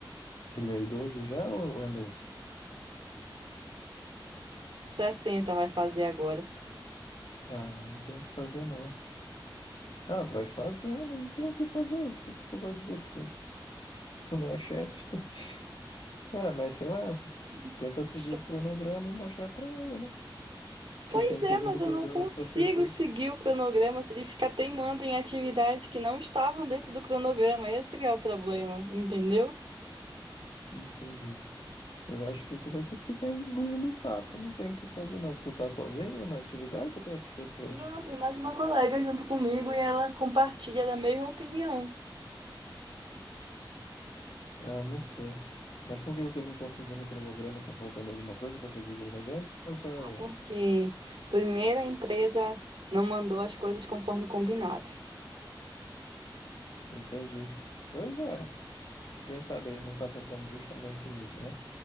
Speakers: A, on the left (about 75°); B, on the right (about 90°).
A: Ele é idoso já ou é novo?
B: 60 vai fazer agora.
A: Ah, não tem o que fazer não. Ah, vai fazendo, não tem o que fazer. O que que tu vai dizer? Tu Tu não é chefe? <laughs> Cara, mas sei lá,
B: <laughs>
A: tenta seguir o cronograma e mostrar pra ele, né?
B: Pois
A: Que tem coisa
B: é, mas
A: do
B: eu
A: cronograma
B: não consigo
A: pra ser feito.
B: seguir o cronograma se ele ficar teimando em atividades que não estavam dentro do cronograma. Esse que é o problema, entendeu?
A: Entendi. Eu acho que tu vai ter que ficar engolindo o sapo. Não tem o que fazer, não. Tu tá sozinho na atividade ou tem outras pessoas?
B: Não, tem mais uma colega junto comigo e ela Compartilha da mesma opinião.
A: Ah, eu não sei. Mas por que vocês não estão seguindo o cronograma? Tá faltando alguma coisa pra seguir o cronograma? Ou só é
B: Ah,
A: o.
B: porque primeira a empresa não mandou as coisas conforme combinado.
A: Entendi. Pois é. Quem sabe ele não está pensando justamente nisso, né?